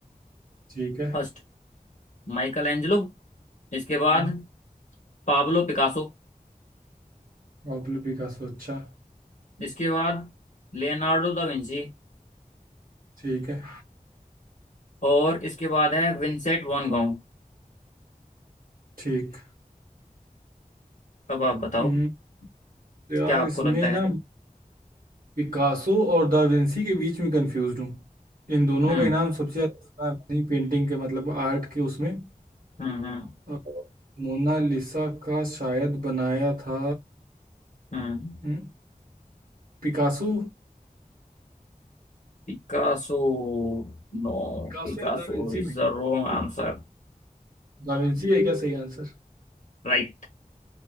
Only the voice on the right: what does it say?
ठीक है
हम्म,
पाब्लो पिकासो अच्छा
ठीक है
ठीक
हम्म, तो यार
इसमें
ना पिकासो और दा विंसी के बीच में कंफ्यूज हूँ इन दोनों
का इनाम सबसे ज्यादा नहीं पेंटिंग के मतलब आर्ट के उसमें
अ, मोनालिसा का शायद बनाया था
हम्म, पिकासो
पिकासो
या दा विंची
में ही।
दा विंची है क्या सही आंसर